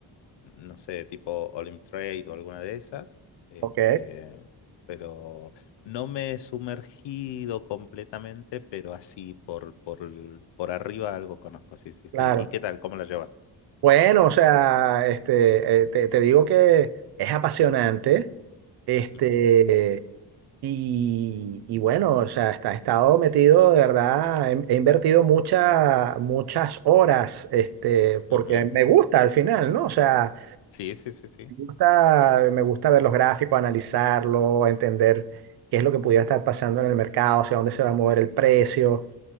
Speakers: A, on the left; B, on the right.
A: no sé, tipo Olymp Trade o alguna de esas, este,
B: Ok,
A: pero no me he sumergido completamente, pero así por, por, el- por arriba algo conozco, sí, sí, sí.
B: claro.
A: ¿Y qué tal? ¿Cómo la llevas?
B: Bueno, o sea, este, eh, te, te digo que es apasionante, este,
A: Ujú,
B: y, y bueno, o sea, está, he estado metido, de verdad, he, he invertido mucha- muchas horas, este, porque
A: ujú.
B: me gusta al final, ¿no? O sea,
A: Sí, sí, sí, sí.
B: Me gusta, me gusta ver los gráficos, analizarlo, entender qué es lo que pudiera estar pasando en el mercado, hacia dónde se va a mover el precio.